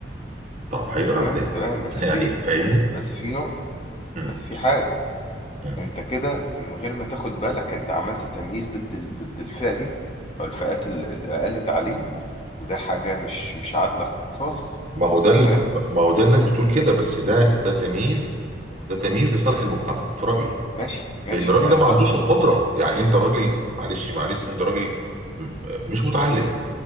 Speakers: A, on the right; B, on the left.
A: طب هيقرا
B: تمام
A: ازاي
B: تمام بس
A: <laughs>
B: في
A: يعني فاهمني
B: بس في نقطة
A: مم.
B: بس في حاجة
A: مم.
B: انت كده من غير ما تاخد بالك انت عملت تمييز ضد ال... ضد الفئة دي او الفئات ال- الاقل تعليم وده حاجة مش مش عادلة خالص
A: ما هو ده ال...
B: تمام
A: ما هو ده الناس بتقول كده بس ده ده تمييز ده تمييز لصالح المجتمع في رايي
B: ماشي ماشي
A: لان الراجل
B: انت
A: ده ما عندوش القدره يعني انت راجل معلش معلش انت راجل م- مش متعلم